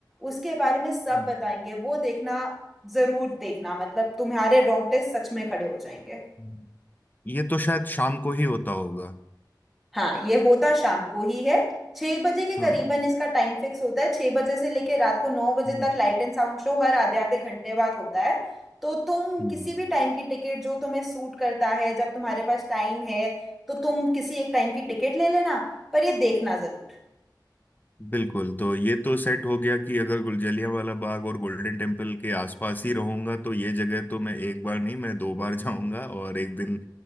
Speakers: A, in the centre; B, on the left.
A: उसके बारे में सब
B: हम्म।
A: बताएंगे वो देखना जरूर देखना मतलब तुम्हारे रोंगटे सच में खड़े हो जाएंगे
B: हम्म। ये तो शायद शाम को ही होता होगा
A: हाँ ये होता शाम को ही है छह बजे के करीबन
B: हाँ
A: इसका टाइम फिक्स होता है छह बजे से लेके रात को नौ बजे
B: हम्म
A: तक लाइट एंड साउंड शो हर आधे आधे घंटे बाद होता है तो तुम
B: हम्म,
A: किसी भी टाइम की टिकट जो तुम्हें सूट करता है जब तुम्हारे पास टाइम है तो तुम किसी एक टाइम की टिकट ले लेना पर ये देखना जरूर
B: बिल्कुल तो ये तो सेट हो गया कि अगर गुल- जलियांवाला बाग और गोल्डन टेम्पल के आसपास ही रहूंगा तो ये जगह तो मैं एक बार नहीं मैं दो बार जाऊंगा और एक दिन